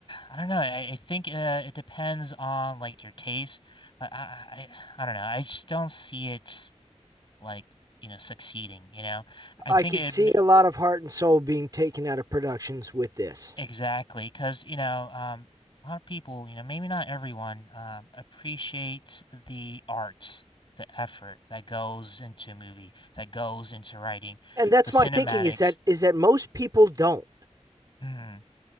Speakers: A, on the left (about 40°); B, on the right (about 30°).
A: I don't know. I, I think uh, it depends on like your taste, but I, I I don't know. I just don't see it like you know succeeding. You know, I
B: I
A: think
B: could
A: it
B: see
A: ma-
B: a lot of heart and soul being taken out of productions with this.
A: exactly because you know um a lot of people you know maybe not everyone um appreciates the art, the effort that goes into a movie, that goes into writing,
B: And that's
A: the cinematics,
B: my thinking is that is that most people don't.
A: Mhm.